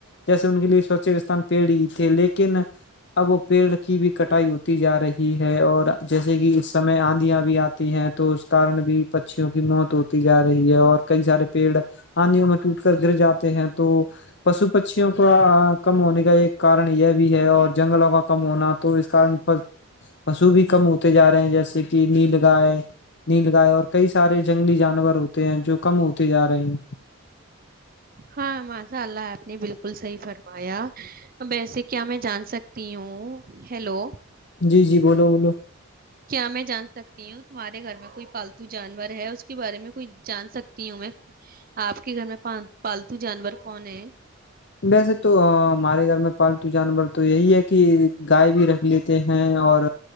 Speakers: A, on the left; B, on the right.
A: جیسے ان کے لیے سرچت استھان پیڑھی لیکن اب پیڑ کی بھی کٹائی ہوتی جا رہی ہے اور جیسے کہ اس سمے آندھیاں بھی آتی ہے تو اس کارن بھی پکچوں کی موت ہوتی جا رہی ہے اور کئی سارے پیڑ آندھیوں میں ٹوٹ کر گر جاتے ہیں تو پشو پھیوں کا کم ہونے کا ایک کارن یہ بھی ہے اور جنگلوں کا کم ہونا تو اس کارن پشو بھی کم ہوتے جا رہے ہیں جیسے کہ نیل گائے نیل گائے اور کئی سارے جنگلی جانور ہوتے ہیں جو کم ہوتے جا رہے ہیں
B: ہاں ماشاء اللہ آپ نے بالکل صحیح فرمایا ویسے کیا میں جان سکتی ہوں ہیلو
A: جی جی بولو بولو
B: کیا میں جان سکتی ہوں تمہارے گھر میں کوئی پالتو جانور ہے اس کے بارے میں کوئی جان سکتی ہوں میں آپ کے گھر میں پالتو جانور کون ہے
A: ویسے تو ہمارے گھر میں پالتو جانور تو یہی ہے کہ گائے بھی رکھ لیتے ہیں اور